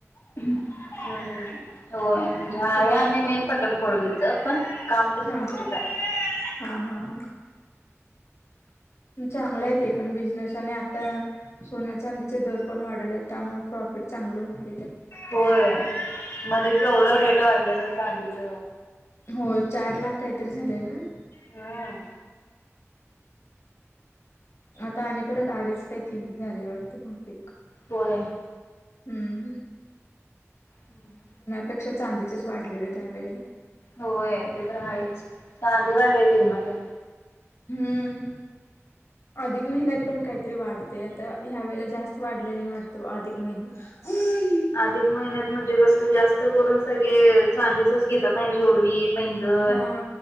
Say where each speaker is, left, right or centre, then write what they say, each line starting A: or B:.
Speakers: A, on the left (about 80°); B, on the left (about 65°).
A: ह् होय म्हणजे
B: हुपरीचा
A: आहे आम्ही मेन पटण कोडोलीच पण.. काम त्याच
B: हा
A: हुपरीत
B: हा
A: हाय.
B: हा हा हा. चांगला आहे ते पण बिझनेस आणि आता सोन्या चांदीचे दर पण वाढले आहेत त्यामुळे प्रॉ फिट चांगलं होईल
A: होय मध्ये केवढं रेट वाढलेलं चांदीच....
B: हो चार लाख काहीतरी झालेल ना.
A: हम्म
B: आता आणि परत आडीच काय तीन झाले वाटत भाऊतेक.
A: होय.
B: हम्म हम्.
A: हम् हम्.
B: पेक्षा चांदीच वाढलेलं त्यावेेळेला.
A: होय ते तर राहायच चांदिला लय डिमांड...
B: हम्. अधिक महिन्यात पण काहीतरी वाढते आता ह्या वेळेला जास्त वाढले नाही वाटत अधिक महिन्यात... होय..
A: अधिक महिन्यात म्हणजे कस जास्त करून सगळे चांदीचच घेतात नाही जोडवी... पैंजण
B: हा